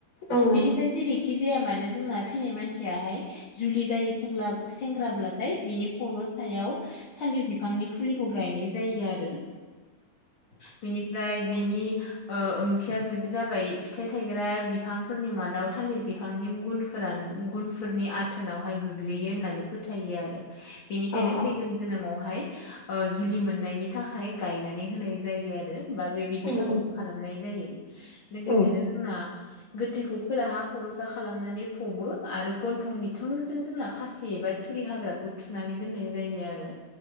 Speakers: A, on the left; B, on the left.
A: उम
B: बेनिफ्राय जेरै खि जाया मानो जोंना थैनाय मानसियाहाय जुलि जायै सेंलाब सेंग्राब्लाथाय बिनि खर' सायाव थालिर बिफांनि फुलिखौ गायनाय जायो आरो बिनिफ्राय बिनि ओ ओंथिया जुदि जाबाय फिथाइ थायग्रा बिफांफोरनि मादाव थालिर बिफांनि गुन फोरान गुनफोरनि आथोनावहाय गोग्लैयो होननानै फोथायो आरो बेनिखायनो
A: औ औ
B: फैगोन जोनोमावहाय ओ जुलि मोननायनि थाखाय गायनानै होनाय जायो आरो बा बेबायदि
A: उम
B: हाबाखौ खालामनाय जायो। लोगोसेनो
A: उम
B: जोंना गोथैखौ खोलाहा खर'स खालामनानै फबो आरो गन्थंनि थोंजों जोंना खासि एबा थुरि हाग्रा खौ थुनानै दोननाय जायो आरो